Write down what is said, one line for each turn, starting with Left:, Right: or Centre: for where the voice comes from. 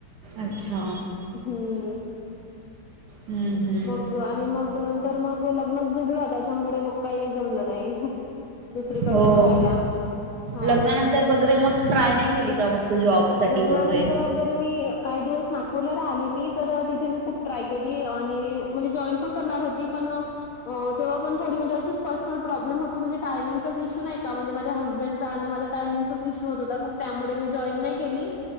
Right: अच्छा.
Left: हम्म.
Right: हम्म हम्म
Left: मग आणि मग नंतर मग लग्नच जुडलं त्याच्यामुळे मग काही जमलं नाही. दुसरीकडे
Right: हो
Left: बघायला हा.
Right: लग्नानंतर वगैरे मग ट्राय नाही केली का मग तू जॉब. साठी
Left: लग्नानंतर
Right: वगैरे
Left: मग. अगर मी काही दिवस नागपूरला राहिली मी तर तिथे मी खूप ट्राय केली आणि. म्हणजे जॉईन पण करणार होती पण अ तेव्हा पण थोडी म्हणे अशीच पर्सनल प्रॉब्म होती म्हणे टायमिंगचाच इशू नाही का म्हणजे माझ्या हसबंड. त आणि मा टायमिंगचाच ईशु होत होता त्यामुळे मी जॉन नाही केली.